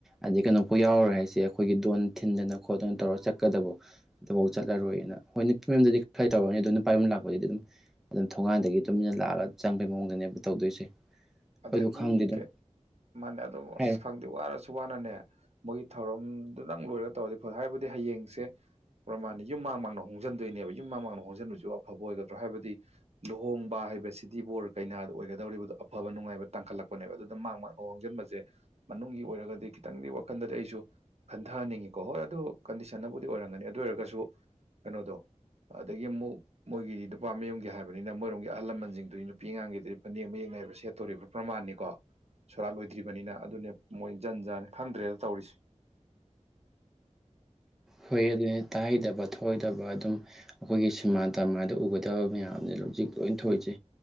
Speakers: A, in the centre; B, on the right (about 60°).
A: ꯑꯗꯩ ꯀꯩꯅꯣꯐ‌ꯣꯏ ꯌꯥꯎꯔꯔꯣꯏ ꯍꯥꯏꯁꯦ ꯑꯩꯈꯣꯏꯒꯤ ꯗꯣꯟ ꯊꯤꯟꯗꯅ ꯈꯣꯠꯇꯅ ꯇꯧꯔꯒ ꯆꯠ ꯀꯗꯕꯣ ꯑꯗꯨꯐꯧ ꯆꯠꯂꯔꯣꯏꯅ ꯍꯣꯏ ꯅꯨꯄꯤ ꯃꯌꯨꯝꯗꯗꯤ ꯈꯔ ꯇꯧꯔꯅꯤ ꯑꯗꯨ ꯅꯨꯄꯥꯥꯏ ꯌꯨꯝ ꯂꯥꯛꯄꯗꯗꯤ ꯑꯗꯨꯝ ꯑꯗꯨꯝ ꯊꯣꯡꯒꯥꯟꯗꯒꯤ ꯇꯨꯃꯤꯟꯅ ꯂꯥꯛꯑꯒ ꯆꯪꯕꯩ ꯃꯑꯣꯡꯗꯅꯦꯕ ꯇꯧꯗꯣꯏꯁꯦ
B: ꯑꯗꯒꯤ
A: ꯑꯗꯨ ꯈꯪꯗꯦ ꯑꯗꯨꯝ
B: ꯀꯩ ꯃꯥꯅꯦ ꯑꯗ‌ꯣ
A: ꯍꯥꯏꯔꯦ
B: ꯑꯁ ꯈꯪ ꯋꯥꯔꯁꯨ ꯋꯥꯅꯅꯦ ꯃꯣꯏꯒꯤ ꯊꯧꯔꯝꯗꯨꯗꯪ ꯂꯣꯏꯔ ꯇꯧꯔꯗꯤ ꯐꯗꯧ ꯍꯥꯏꯕꯗꯤ ꯍꯌꯦꯡꯁꯦ ꯄ꯭ꯔꯃꯥꯟꯅꯤ ꯌꯨꯝ ꯃꯥꯡ ꯃꯥꯡꯅ ꯍꯣꯡꯖꯤꯟꯗꯣꯏꯅꯦꯕ ꯌꯨꯝ ꯃꯥꯡ ꯃꯥꯡꯅ ꯍꯣꯡꯖꯟꯕꯁꯤꯕꯨ ꯑꯐꯕ ꯑꯣꯏꯒꯗ꯭ꯔꯣ ꯍꯥꯏꯕꯗꯤ ꯂꯨꯍꯣꯡꯕ ꯍꯥꯏꯕꯁꯤꯗꯤ ꯕꯣꯔ ꯀꯩꯅꯥ ꯑꯣꯏꯒꯗꯧꯔꯤꯕꯗꯣ ꯑꯐꯕ ꯅꯨꯡꯉꯥꯏꯕ ꯇꯥꯡꯈꯠꯂꯛꯄꯅꯦꯕ ꯑꯗꯨꯗ ꯃꯥꯡ ꯃꯥꯡꯅ ꯍꯣꯡꯖꯤꯟꯕꯁꯦ ꯃꯅꯨꯡꯒꯤ ꯑꯣꯏꯔꯒꯗꯤ ꯈꯤꯇꯪꯗꯤ ꯋꯥꯈꯟꯗꯗꯤ ꯑꯩꯁꯨ ꯈꯟꯊꯍꯟꯅꯤꯡꯉꯤꯀꯣ ꯍꯣꯏ ꯑꯗꯨ ꯀꯟꯗꯤꯁꯟꯅꯕꯨꯗꯤ ꯑꯣꯏꯔꯝꯒꯅꯤ ꯑꯗꯨ ꯑꯣꯏꯔꯒꯁꯨ ꯀꯩꯅꯣꯗꯣ ꯑꯗꯒꯤ ꯑꯃꯨꯛ ꯃꯣꯏꯒꯤ ꯅꯨꯄꯥ ꯃꯌꯨꯝꯒꯤ ꯍꯥꯏꯕꯅꯤꯅ ꯃꯣꯏꯔꯣꯝꯒꯤ ꯑꯍꯜ ꯂꯃꯟꯖꯤꯡꯗꯨꯗꯤ ꯅꯨꯄꯤ ꯑꯉꯥꯡꯒꯤꯗꯤ ꯐꯅꯦꯛ ꯃꯌꯦꯛꯅꯥꯏꯕ ꯊꯦꯠꯇꯣꯔꯤꯕ ꯄ꯭ꯔꯃꯥꯟꯅꯤꯀꯣ ꯁꯣꯔꯥꯠ ꯂꯣꯏꯗ꯭ꯔꯤꯕꯅꯤꯅ ꯑꯗꯨꯅꯦ ꯃꯣꯏ ꯖꯟ ꯖꯥꯅꯤ ꯈꯪꯗ꯭ꯔꯦꯗ ꯇꯧꯔꯤꯁꯦ
A: ꯍꯣꯏ ꯑꯗꯨꯅꯦ ꯇꯥꯍꯩꯗꯕ ꯊꯣꯑꯣꯏꯗꯕ ꯑꯗꯨꯝ ꯑꯈꯣꯏꯒꯤ ꯁꯤꯝꯃꯥ ꯗꯝꯃꯥꯗ ꯎꯒꯗꯕ ꯃꯌꯥꯝꯖꯤ ꯍꯧꯖꯤꯛ ꯂꯣꯏꯟ ꯊꯣꯏꯖꯦ